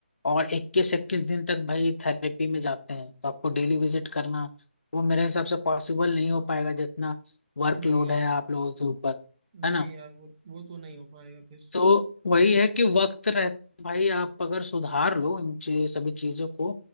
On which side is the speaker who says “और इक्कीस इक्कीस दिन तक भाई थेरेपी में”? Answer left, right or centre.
Left